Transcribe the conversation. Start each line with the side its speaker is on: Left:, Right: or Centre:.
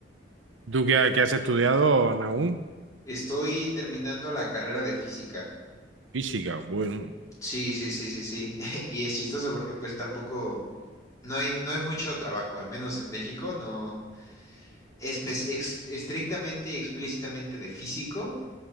Right: ¿Tú qué, ha- qué has estudiado, Nahum?
Left: Estoy terminando la carrera de física.
Right: Física, bueno.
Left: Sí, sí, sí, sí, sí. <laughs> Y es chistoso porque pues tampoco, no hay, no hay mucho trabajo, al menos en México, no espe- ex- estrictamente y explícitamente de físico.